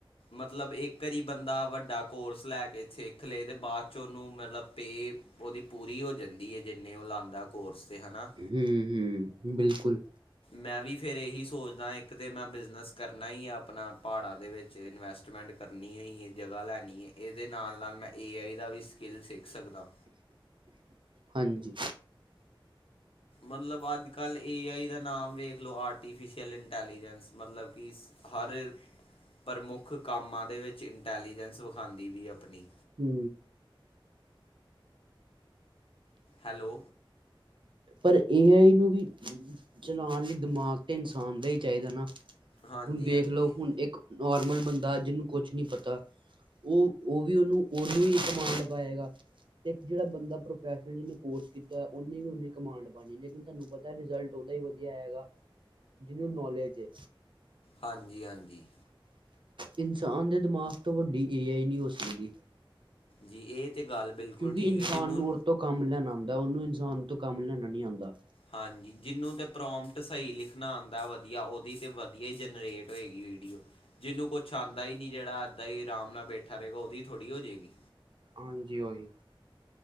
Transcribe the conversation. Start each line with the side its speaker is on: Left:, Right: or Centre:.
Left: ਮਤਲਬ ਇੱਕ ਵਾਰੀ ਬੰਦਾ ਵੱਡਾ ਕੋਰਸ ਲੈ ਕੇ ਸਿੱਖ ਲਏ ਅਤੇ ਬਾਅਦ 'ਚ ਉਹਨੂੰ ਮਤਲਬ ਪੇ ਉਹਦੀ ਪੂਰੀ ਹੋ ਜਾਂਦੀ ਹੈ ਜਿੰਨੇ ਉਹ ਲਾਉਂਦਾ ਕੋਰਸ ਤੇ ਹੈਨਾ।
Right: ਹੂ- ਹੂ, ਬਿਲਕੁਲ
Left: ਮੈਂ ਵੀ ਫਿਰ ਇਹੀ ਸੋਚਦਾ ਇੱਕ ਤਾਂ ਮੈਂ ਬਿਜਨਸ ਕਰਨਾ ਹੀ ਆਪਣਾ ਪਹਾੜਾਂ ਦੇ ਵਿੱਚ ਇਨਵੈਸਟਮੈਂਟ ਕਰਨੀ ਹੋਈ ਹੈ ਜਗ੍ਹਾ ਲੈਣੀ ਹੈ, ਇਹਦੇ ਨਾਲ- ਨਾਲ ਮੈਂ ਏ ਆਈ ਦਾ ਵੀ ਸਕਿੱਲ ਸਿੱਖ ਸਕਦਾ।
Right: ਹਾਂਜੀ।
Left: ਮਤਲਬ ਅੱਜ ਕੱਲ ਏ ਆਈ ਦਾ ਨਾਮ ਵੇਖ ਲਓ ਆਰਟੀਫਿਸ਼ਲ ਇੰਟੈਲੀਜੈਂਸ ਮਤਲਬ ਕਿ ਹਰ, ਪ੍ਰਮੁੱਖ ਕੰਮਾਂ ਦੇ ਵਿੱਚ ਇੰਟੈਲੀਜੈਂਸ ਵਿਖਾਉਂਦੀ ਵੀ ਆਪਣੀ।
Right: ਹੂ
Left: ਹੈਲੋ,
Right: ਪਰ ਏ ਆਈ ਨੂੰ ਵੀ, ਚਲਾਉਣ ਲਈ ਦਿਮਾਗ ਅਤੇ ਇਨਸਾਨ ਦਾ ਹੀ ਚਾਹੀਦਾ ਨਾ।
Left: ਹਾਂਜੀ
Right: ਹੁਣ ਵੇਖ
Left: ਹਾਂਜੀ
Right: ਲਓ ਹੁਣ ਇੱਕ ਨੋਰਮਲ ਬੰਦਾ ਜਿਹਨੂੰ ਕੁਛ ਨਹੀਂ ਪਤਾ। ਉਹ- ਉਹ ਵੀ ਉਹਨੂੰ- ਉਹਨੂੰ ਹੀ ਕਮਾਂਡ ਪਏਗਾ। ਤੇ ਇੱਕ ਜਿਹੜਾ ਬੰਦਾ ਪ੍ਰੋਫੈਸ਼ਨਲ ਜਿਹਨੇ ਕੋਰਸ ਕੀਤਾ ਉਹਨੇ ਵੀ ਉਹਨੇ ਕਮਾਂਡ ਪਾਣੀ ਲੇਕਿਨ ਤੁਹਾਨੂੰ ਪਤਾ ਰਿਜਲਟ ਉਦਾ ਹੀ ਵਧੀਆ ਹੈਗਾ। ਜਿਹਨੂੰ ਨੌਲੇਜ ਹੈ।
Left: ਹਾਂਜੀ- ਹਾਂਜੀ।
Right: ਇਨਸਾਨ ਦੇ ਦਿਮਾਗ ਤੋਂ ਵੱਡੀ ਏ ਆਈ ਨਹੀਂ ਹੋ ਸਕਦੀ।
Left: ਜੀ ਇਹ ਤਾਂ ਗੱਲ ਬਿਲਕੁਲ
Right: ਕਿਉਂਕਿ
Left: ਠੀਕ
Right: ਇਨਸਾਨ
Left: ਹੈ ਜਿਹਨੂੰ
Right: ਨੂੰ ਉਹ ਤੋਂ ਕੰਮ ਲੈਣਾ ਆਉਂਦਾ ਉਹਨੂੰ ਇਨਸਾਨ ਤੋਂ ਕੰਮ ਲੈਣਾ ਨੀ ਆਉਂਦਾ।
Left: ਹਾਂਜੀ ਜਿਨੂੰ ਤੇ ਪ੍ਰੋਮਟ ਸਈ ਲਿਖਣਾ ਆਂਦਾ ਵਧੀਆ ਓਦੀ ਤੇ ਵਧੀਆ ਈ ਜਨਰੇਟ ਹੋਏਗੀ ਵੀਡੀਓ। ਜਿਨੂੰ ਕੁਛ ਆਂਦਾ ਈ ਨੀ ਜੜਾ ਇਦਾਂ ਈ ਅਰਾਮ ਨਾਲ ਬੈਠਾ ਰਏਗਾ ਓਦੀ ਥੋੜੀ ਹੋ ਜੇਗੀ।
Right: ਹਾਂਜੀ ਓਹੀ।